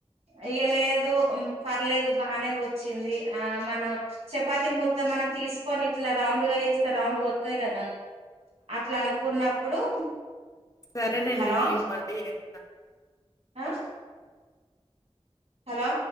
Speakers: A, on the right; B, on the left.
A: ఇగ లేదు పర్లేదు బానే వచ్చింది ఆ మనం చపాతి ముద్ద మనం తీసుకొని ఇట్లా రౌండ్ గా చేస్తే రౌండ్ గా వస్తది కదా అట్లా అనుకున్నప్పుడు
B: సరేనండి
A: హలో
B: నేను మళ్ళీ చేస్తాను
A: ఆ హలో